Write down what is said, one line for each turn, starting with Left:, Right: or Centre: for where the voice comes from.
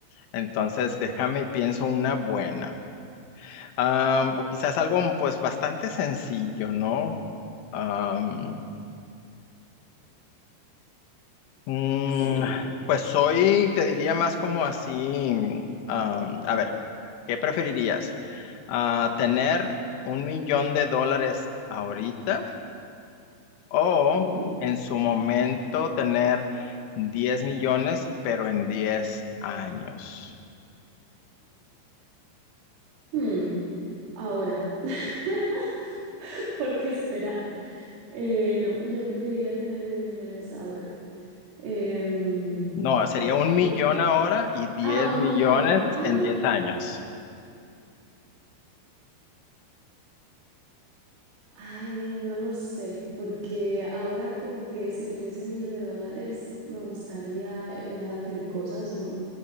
Left: Entonces, déjame y pienso una buena. Am, o quizás algo mm, pues bastante sencillo, ¿no? Am, mm,
Right: Sí, dime.
Left: pues soy, te diría más como así, mm, am, a ver, ¿qué preferirías? Ah, ¿tener un millón de dólares ahorita? O
Right: Ujú.
Left: en su momento tener 10 millones, pero en 10 años.
Right: Ujú. Ahora, <laughs> ¿por qué esperar? Eh, no, yo preferiría tener 10 millones ahora. Em,
Left: No, sería un millón
Right: que-
Left: ahora y 10
Right: ah, un
Left: millones
Right: millón. Ah.
Left: en 10 años.
Right: Ay, no lo sé, porque ahora como que si tuviese un millón de dólares me gustaría empezar a hacer cosas, ¿no?